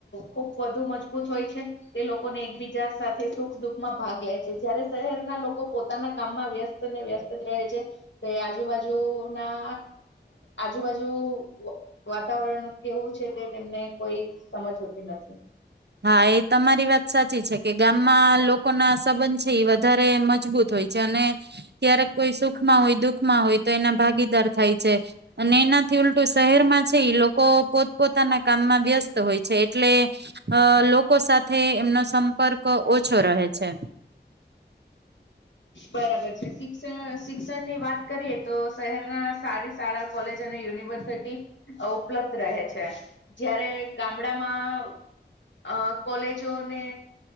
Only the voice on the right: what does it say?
હા એ તમારી વાત સાચી છે કે ગામમાં લોકો ના સંબંધ છે એ વધારે મજબૂત હોય છે અને ક્યારેક કોઈ સુખમાં હોય દુખમાં હોય તો એના ભાગીદાર થાય છે અને એનાથી શહેરમાં છે લોકો પોતપોતાના કામમાં વ્યસ્ત હોય છે એટલે અ લોકો સાથે એમનો સંપર્ક ઓછો રહે છે.